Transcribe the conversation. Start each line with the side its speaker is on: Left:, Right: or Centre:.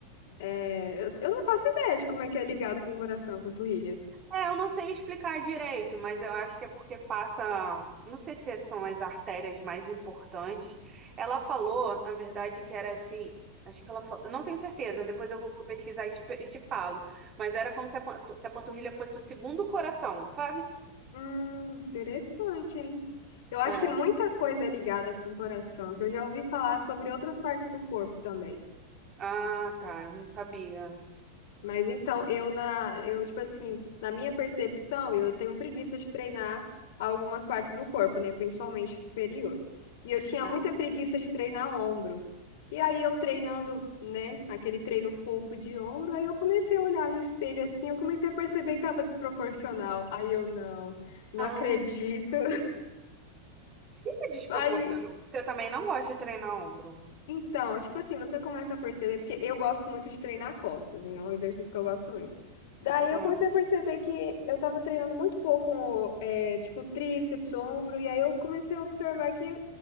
Left: é, eu, eu não faço ideia de como é que é ligado com o coração, com a panturrilha.
Right: É, eu não sei explicar direito, mas eu acho que é porque passa, não sei se são as artérias mais importantes. Ela falou, na verdade, que era assim, acho que ela falou, não tenho certeza, depois eu vou pesquisar e te, pe- e te falo, mas era como se a, pan- se a panturrilha fosse o segundo coração, sabe?
Left: Hum, interessante, hein? Eu acho
Right: É.
Left: que muita coisa é ligada com o coração, que eu já ouvi falar sobre outras partes do corpo também.
Right: Ah, tá, eu não sabia.
Left: Mas então, eu na, eu tipo assim, na minha percepção, eu tenho preguiça de treinar algumas partes do corpo, né, principalmente superior. E eu tinha
Right: Ah,
Left: muita preguiça de treinar ombro. E aí eu treinando, né, aquele treino fofo de ombro, aí eu comecei a olhar no espelho assim, eu comecei a perceber que tava desproporcional. Aí eu não, não
Right: ah.
Left: acredito. <laughs>
Right: Fica desproporcional,
Left: Aí
Right: porque eu também não gosto de treinar ombro.
Left: Então, é tipo assim, você começa a perceber, porque eu gosto muito de treinar costas, né? É um exercício que eu gosto muito. Daí
Right: Hum.
Left: eu comecei a perceber que eu tava treinando muito pouco, é, tipo, tríceps, ombro, e aí eu comecei a observar que,